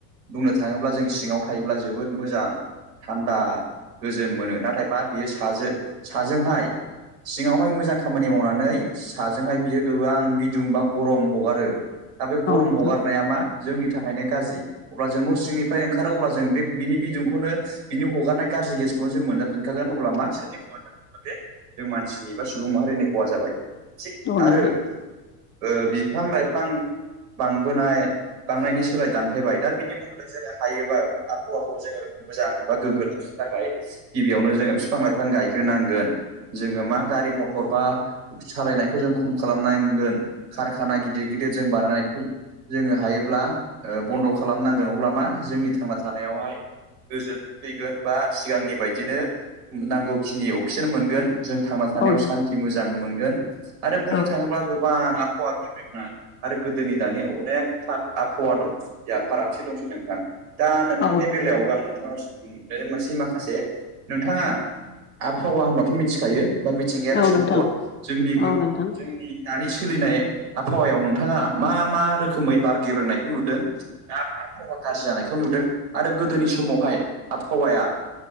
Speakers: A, on the right; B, on the left.
A: बुंनो थाङोब्ला जों सिङाव थायोब्ला जोबोद मोजां थान्दा गोजोन मोनो नाथाय मा बियो साजो साजोंहाय सिङावहाय मोजां खामानि मावनानै साजोंहाय बियो गोबां बिदुं बा गरम हगार रो दा बे गरम
B: नोंथां
A: हगारनाया मा जोंनि थाखायनो गाजि अब्ला जों न सिंनिफ्राय ओंखारो अब्ला जों बे बिनि बिदुंखौनो बिनि हगारनाय गाज्रि गेसखौनो जों मोनजाफिनखागोन अब्ला मा सोरनि ख'हा जाखो ओमबा मा बे जों मानसिनि एबा सुबुं माहारिनि ख'हा जाबाय थिग
B: औ नोंथां
A: आरो ओ बिफां -लाइफां बांबोनाय बांनायनि सोलाय दानफायबाय दा बिनि बदलै जोङो हायोबा आबहावाखौ जोङो मोजां बा गोग्गो लाखिनो थाखाय गिबियावनो जोङो फिफां-लाइफां गायग्रोनांगोन जोङो मा गारि मथर बा सालाइनायखौ जों खम खालाम नांगोन खार खाना गिदिर गिदिर जों बानायनायखौ जोङो हायोब्ला ओ बन्द' खालामनांगोन अब्ला मा जोंनि थांना थानायावहाय गोजोन फैगोन बा सिगांनि बायदिनो नांगौखिनि अक्सिजेन मोनगोन गोन जों थांना थानायाव
B: औ
A: सान्थि मोजां मोनगोन आरो
B: नोंथां
A: बुंनो थाङोब्ला गोबां आबहावा। गेब्रेंनाय आरो गोदोनि दानि अनेक आबहावा दं बेहा फारागथि दंसै नोंथां। दा नोंथांनि
B: औ नोंथां औ
A: बेलायावबो आं नोंथांनाव मोनसे माखा। माखासे नोंथाङा आबहावा होनबाथ' मिथिखायो। बा मिथिंगायारि
B: नोंथां औ नोंथां
A: सम्पद जोंनि गो
B: औ नोंथां
A: जोंनि दानि सोलिनाय आबहावायाव नोंथाङा मा मा रोखोमै बार गेब्रेनायखौ नुदों आबहावा गाज्रि जानायखौ नु जों आरो गोदोनि समावहाय आबहावाया